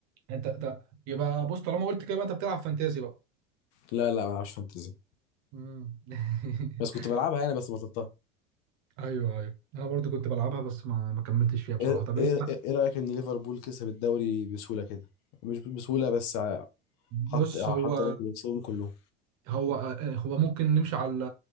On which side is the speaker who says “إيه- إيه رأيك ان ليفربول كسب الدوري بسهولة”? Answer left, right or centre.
Left